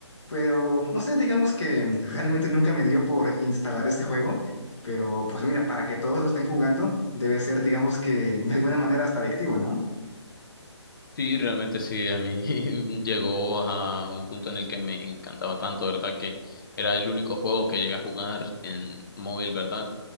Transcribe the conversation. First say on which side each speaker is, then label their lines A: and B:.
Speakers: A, on the left; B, on the left.
A: Pero no sé, digamos que <laughs> realmente nunca me dio por instalar este juego, pero pues mira, para que todos lo estén jugando debe ser digamos que de alguna manera hasta adictivo, ¿no?
B: Sí, realmente sí, a mí <laughs> llegó a un punto en el que me encantaba tanto, ¿verdad? Que era el único juego que llegué a jugar en móvil, ¿verdad?